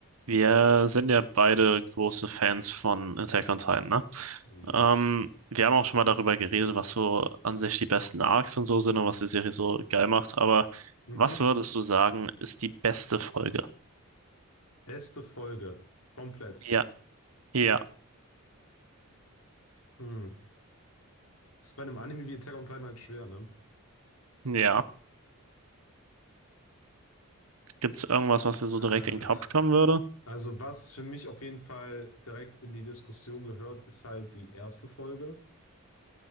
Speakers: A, on the right; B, on the left.
A: Wir sind ja beide große Fans von Attack on Titan, ne?
B: Yes.
A: Ähm, wir haben auch schon mal darüber geredet, was so an sich die besten Arcs und so sind und was die Serie so geil macht. Aber
B: Mhm.
A: was würdest du sagen, ist die beste Folge?
B: Beste Folge. Komplett.
A: Ja, ja,
B: Hm. Ist bei einem Anime wie Attack on Titan halt schwer, ne?
A: ja. Gibt's irgendwas, was dir so
B: Ah.
A: direkt in den Kopf kommen würde?
B: Also, was für mich auf jeden Fall direkt in die Diskussion gehört, ist halt die erste Folge,